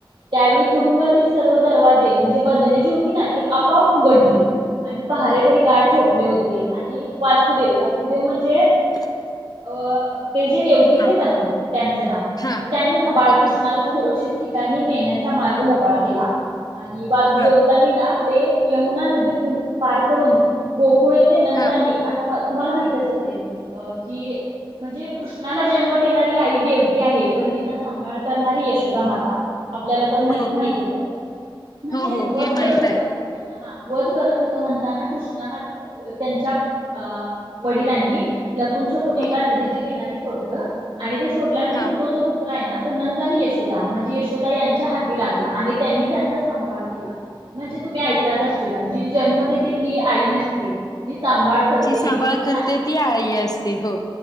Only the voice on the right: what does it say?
त्यावेळी तुरुंगातील सर्व दरवाजे म्हणजे बंधने जी होती ना ती आपाप उघडली आणि पहारेकरी गाड झोपले होते आणि वास्तुदेव वास्तुदेव म्हणजे
अ ते जे देवकीचे
पती त्यांचं नाव
मग त्यांनी ना बाळकृष्णाला
सुरक्षित ठिकाणी नेण्याचा मार्ग मोकळा केला आणि वासुदेवतांनी
ना ते यमुना नदीतून पार करून गोकुळे ते नंदानी
आता तुम्हाला माहितच असेल अ कि म्हणजे कृष्णाला जन्म देणारी आई देवती आहे पण तिचा सांभाळ करणारी यशोदा माता आपल्याला तर माहितीच
आहे पण
<unintelligible> <unintelligible>
वत
करत
होता
वध करत होत म्हणताना कृष्णाना त्यांच्या अ वडिलांनी ल छपून छपून
एका नदीच्या किनारी सोडलं आणि ते सोडल्यानंतर
तो जो पुत्रा आहे ना तो नंद आणि यशोदा म्हणजे यशोदा यांच्या हाती लागला आणि त्यांनी त्यांचा सांभाळ केला म्हणजे तुम्ही ऐकलाच असशला जी जन्म देते ती आई नसते जी सांभाळ करते
ती देखील
आहे